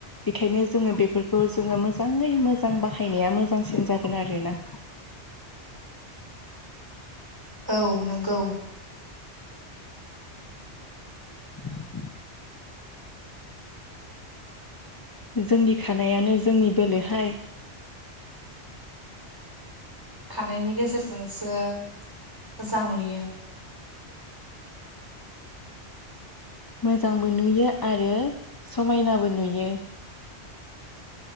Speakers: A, on the left; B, on the right.
A: बेखायनो जोङो बेफोरखौ जोङो मोजाङै मोजां बाहायनाया मोजांसिन जागोन आरोना।
B: औ नंगौ।
A: <inaudible> जोंनि खानायानो जोंनि बोलोहाय।
B: खानायनि गेजेरजोंसो मोजां नुयो।
A: मोजांबो नुयो आरो समायनाबो नुयो